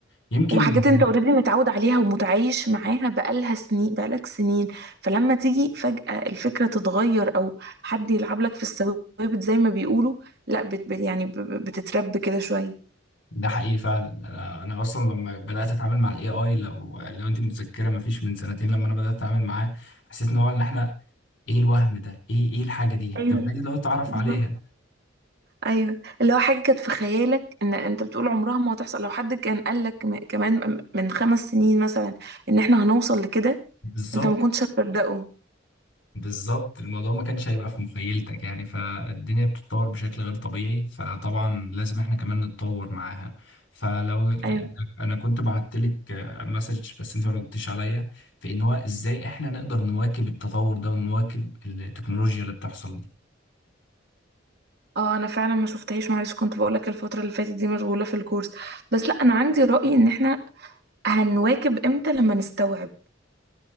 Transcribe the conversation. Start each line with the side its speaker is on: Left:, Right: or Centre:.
Left: يمكن
Right: وحاجات انت اوريدي متعود عليها ومتعايش معاها بقالها سنين بقالك سنين فلما تيجي فجأة الفكرة تتغير او حد يلعب لك في الثوابت زي ما بيقولوا لا بت بت- يعني ب- ب- بتترب كده شوية
Left: ده حقيقي فعلا انا أنا اصلا لما بدات اتعامل مع الاي اي لو لو انت متذكره ما فيش من سنتين لما انا بدات اتعامل معاه حسيت ان هو ان احنا ايه الوهم ده ايه ايه الحاجه دي بتبقى
Right: ايوه
Left: عايز لو تعرف
Right: بالظبط
Left: عليها
Right: ايوه اللي هو حاجة كانت في خيالك ان انت بتقول عمرها ما هتحصل لو حد كان قال لك م- كمان من خمس سنين مثلا ان احنا هنوصل لكده
Left: بالظبط
Right: انت ما كنتش هتصدقه
Left: بالظبط الموضوع ما كانش هيبقى في مخيلتك يعني فالدنيا بتتطور بشكل غير طبيعي فطبعا لازم احنا كمان نتطور معاها فلو يعني
Right: ايوه
Left: انا كنت بعت لك مسج بس انت ما ردتيش عليا في ان هو ازاي احنا نقدر نواكب التطور ده ونواكب التكنولوجيا اللي بتحصل دي
Right: اه انا فعلا ما شفتهاش معلش كنت بقول لك الفتره اللي فاتت دي مشغوله في الكورس بس لا انا عندي راي ان احنا هنواكب امتى لما نستوعب